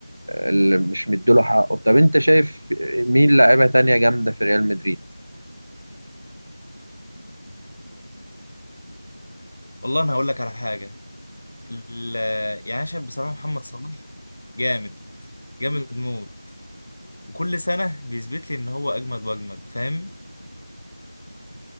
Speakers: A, on the right (about 65°); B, on the left (about 30°).
A: اللي مش مديله حقه طب انت شايف مين لاعيبه تانية جامده في ريال مدريد
B: والله انا هقول لك على حاجة ال- يعني انا شايف بصراحه محمد صلاح جامد جامد موت وكل سنه بيثبت لي ان هو اجمد واجمد فاهم